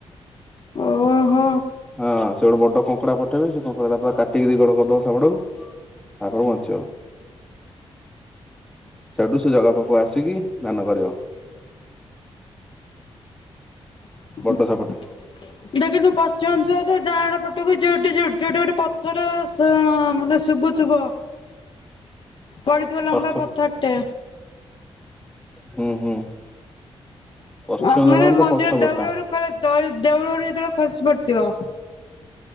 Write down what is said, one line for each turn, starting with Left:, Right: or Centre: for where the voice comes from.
Left: ଓ ହୋ।
Centre: ହଁ ସେ ଗୋଟେ ବଡ କଙ୍କଡା ପଠେଇବେ ସେ କଙ୍କଡା ପୁରା କା ଦି-ଦିଗଡ କରିଦବ ସାପଟାକୁ ତାପରେ ବଞ୍ଚିବ। ସେଠୁ ସେ ଜଗା ପାଖୁ ଆସିକି ଦାନ କରିବ।
Left: <unintelligible>
Centre: ବଡ ସାପଟେ
Left: ପଶ୍ଚିମ ଦ୍ଵାର ଡାହାଣ ପଟକୁ ଯଉଠି ଯଉଠେ ଗୋଟେ ପ ଥର ସ -ମାନେ ଶୁବୁଥିବ ପଡିଥିବ ଲମ୍ବା
Centre: ଅର୍ଥ
Left: ପଥର। ଟେ।
Centre: ହୁଁ- ହୁଁ। ପଶ୍ଚିମ
Left: ମାନେ
Centre: ଧରନ୍ତ
Left: ମନ୍ଦିର
Centre: ପଛପଟା
Left: ଦେଉଳରୁୁ <unintelligible> ଦଇ- ଦେଉଳରୁୁ ଯେତେବେଳେ ଖସି ପଡିଥିବ।